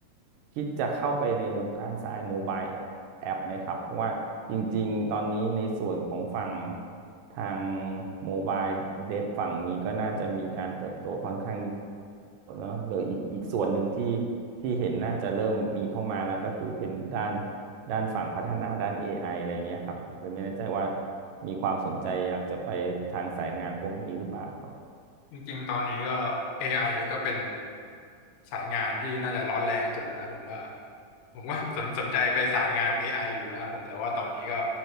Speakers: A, on the right (about 80°); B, on the left (about 80°).
A: คิดจะเข้าไปในวงการทรายโมบายแอปไหมครับเพราะว่าจริงๆตอนนี้ในส่วนของฝั่งทางโมบายเดฟฝั่งนี้ก็น่าจะมีการเติบโตค่อนข้างเนอะหรืออีกอีกส่วนหนึ่งที่ที่เห็นน่าจะเริ่มมีเข้ามาแล้วก็คือเป็นด้าน ด้านฝั่งพัฒนาด้าน AI อไออะไรเงี้ยครับหรือไม่แน่ใจว่ามีความสนใจอยากจะไปทางสายงานพวกนี้หรือเปล่าครับ
B: จริงๆตอนนี้ก็ AI ก็เป็นสายงานที่น่าจะร้อนแรงสุดแล้วนะผมว่าผมว่าสนสนใจไปสายงาน AI อไออยู่นะครับผมแต่ว่าตอนนี้ก็